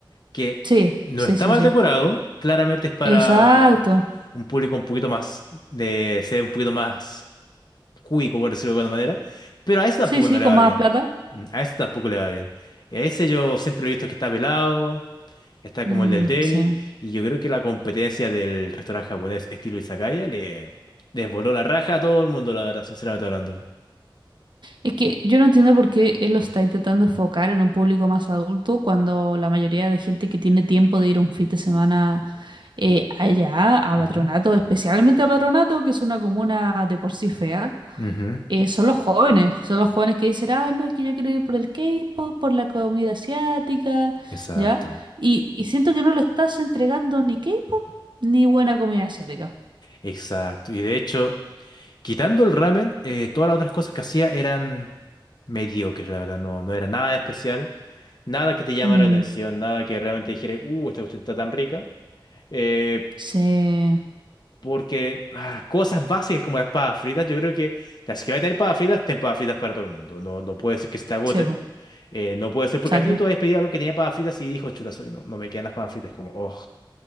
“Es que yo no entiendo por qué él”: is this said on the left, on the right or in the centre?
Right